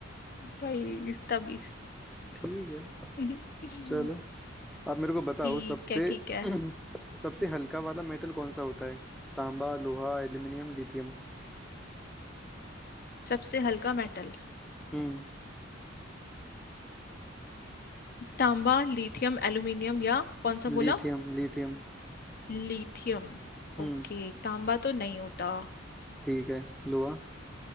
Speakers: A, on the left; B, in the centre.
A: भाई तभी
B: ठीक है
A: <laughs>
B: चलो आप मेरे को बताओ
A: ठीक
B: सबसे
A: है ठीक है
B: <clears throat> सबसे हल्का वाला मेटल कौन सा होता है तांबा लोहा एल्यूमिनियम लिथियम
A: सबसे हल्का मेटल
B: हम्म
A: तांबा लिथियम एल्यूमिनियम या कौन सा
B: Lithium
A: बोला
B: lithium
A: लिथियम
B: हम्म
A: ओके तांबा तो नहीं होता
B: ठीक है लोहा